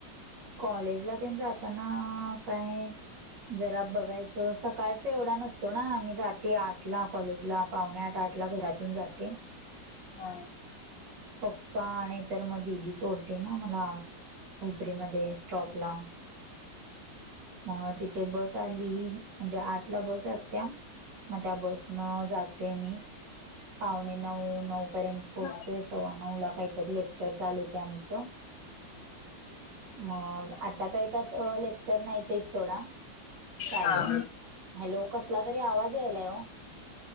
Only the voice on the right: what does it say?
कॉलेजला ते जाताना काय जरा बघायचं. सकाळच तेवढा नसतो ना. आम्ही जाते आठला कॉलेजला, पावणे आठ-आठला घरातून जाते.
पप्पा नाही तर मग दीदी सोडते ना, मला हुपरी मध्ये स्टॉप लांब म तिथे बस आली की, म्हणजे आठ ला बस असतेया. मग त्या बसनं जातेय. मी पावणे नऊ-नऊपर्यंत पोहोचतोय.
सव्वा नऊला काहीतरी लेक्चर चालू होतय. आमचं मग आता काही तसं लेक्चर नाही. ते सोडा चालू,
हॅलो कसला तरी आवाज यायलाय. हो